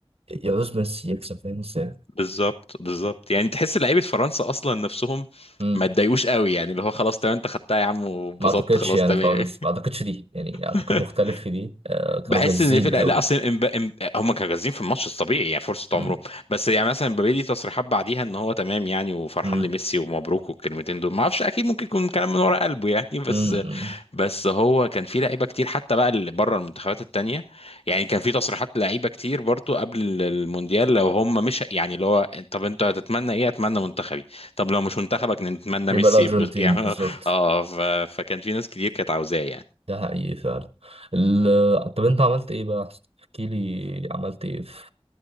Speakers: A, on the right (about 70°); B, on the left (about 70°).
A: يعوز ميسي يكسب فاهم ازاي
B: بالظبط بالظبط يعني تحس لعيبه فرنسا اصلا نفسهم
A: امم
B: ما اتضايقوش قوي يعني اللي هو خلاص تمام انت خدتها يا عم وبسطت
A: ما اعتقدش
B: خلاص
A: يعني
B: تمام
A: خالص ما اعتقدش دي يعني اعتقد
B: <laughs>
A: مختلف في دي آه، كانوا
B: بحس
A: جازين
B: ان في لا,
A: قوي
B: لا اصلا إمب... إمب... هم كانوا جاهزين في الماتش الطبيعي يعني فرصه
A: امم
B: عمرهم بس يعني مثلا مبابي ليه تصريحات بعديها ان هو تمام يعني وفرحان
A: امم
B: لميسي ومبروك والكلمتين دول ما اعرفش اكيد ممكن يكون كلام من ورا قلبه يعني <laughs> بس
A: امم أمم.
B: بس هو كان في لعيبه كتير حتى بقى اللي بره المنتخبات التانيه يعني كان في تصريحات لعيبه كتير برضو قبل المونديال لو هم مش يعني اللي هو طب انت هتتمنى ايه اتمنى منتخبي طب لو مش منتخبك نتمنى
A: بيبقى
B: ميسي
A: الارجنتين
B: يبقى- يعني
A: بالظبط
B: <laughs> اه ف... فكان في ناس كتير كانت عاوزاه يعني
A: ده حقيقي فعلا ال... طب انت عملت ايه بقى احسن احكي لي عملت ايه في